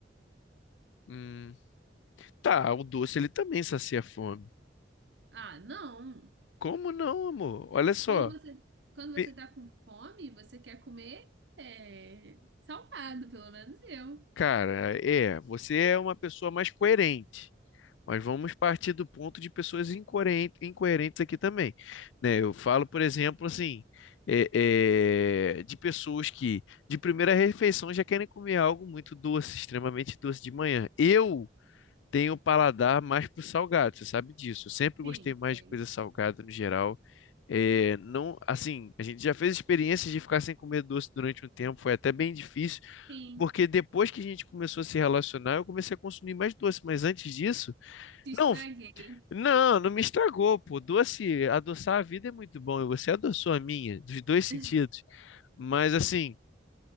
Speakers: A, on the left (about 80°); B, on the right (about 65°).
A: hum. Tá, o doce ele também sacia a fome.
B: Ah, não.
A: Como não, amor? Olha só.
B: Quando você, quando você
A: Pe-
B: tá com fome, você quer comer é, salgado, pelo menos eu.
A: Cara, é, você é uma pessoa mais coerente. Mas vamos partir do ponto de pessoas incoerente- incoerentes aqui também, né? Eu falo, por exemplo, assim, é, é, de pessoas que de primeira refeição já querem comer algo muito doce, extremamente doce de manhã. Eu tenho um paladar mais pro salgado, você sabe disso. Eu sempre
B: Sim,
A: gostei mais
B: sim.
A: de coisa salgada no geral. É, não, assim, a gente já fez experiências de ficar sem comer doce durante um tempo, foi até bem difícil,
B: Sim,
A: porque depois que a gente começou a se relacionar, eu comecei a consumir mais doce, mas antes disso,
B: te estraguei.
A: não, não, não me estragou, pô. Doce, adoçar a vida é muito bom. E você adoçou a minha, dos dois sentidos.
B: <laughs>
A: Mas assim,